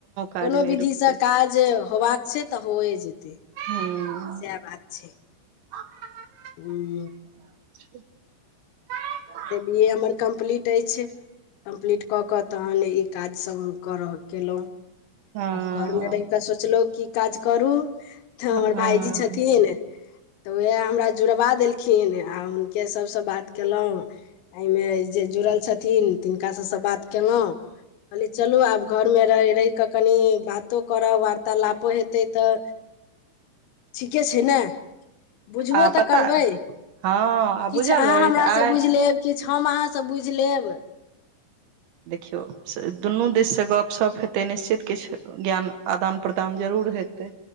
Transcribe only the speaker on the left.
कोनो
विधि
से काज होबाक छै तऽ होए जेतै
सैह बात छै
हूँ
तऽ बी ए हमर कम्प्लीट ऐछ कम्प्लीट कऽ कऽ तहन ई काजसभ हम करऽ केलऊ
आब घरमे रहि कऽ सोचलहु की काज करू तऽ
हमर भायजी छथिन तऽ उएह हमरा जुड़वा देलखिन आ हुनके सभसँ बात कयलो एहिमे जे जुड़ल छथिन तिनका सभसँ बात कयेलो कहली चलू आब घर मे रहि रहि के कनि बातो करब वार्तालापो हेतै तऽ ठीके छै न बुझबो
तऽ
करबै किछु
अहाँ
हमरा
सँ बुझि लेब किछु हम अहाँसँ बुइझ लेब